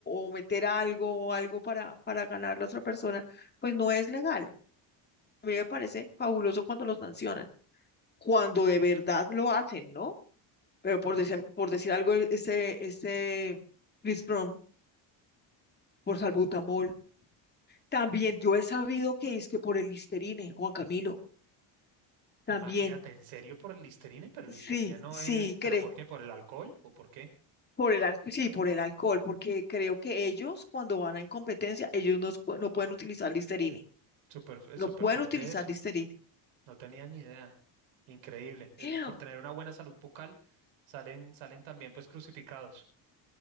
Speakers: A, on the left; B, on the right.
A: o meter algo o algo para, para ganar a la otra persona, pues no es legal. A mí me parece fabuloso cuando los sancionan, cuando de verdad lo hacen, ¿no? Pero por, decir- por decir algo, el- este, este Chris Brown, por salbutamol, también yo he sabido que es que por el Listerine, Juan Camilo, también,
B: Imagínate, en serio por el Listerine, pero el
A: sí,
B: Listerine no
A: sí,
B: es, ¿pero
A: cree,
B: por qué? ¿Por el alcohol o por qué?
A: por el, al- sí, por el alcohol, porque creo que ellos cuando van a en competencia, ellos no, pu- no pueden utilizar Listerine,
B: Súper, fu-
A: no
B: súper
A: pueden
B: fuerte
A: utilizar
B: eso.
A: Listerine.
B: No tenía ni idea. Increíble. Es
A: <laughs>
B: por tener una buena salud bucal, salen, salen también pues crucificados.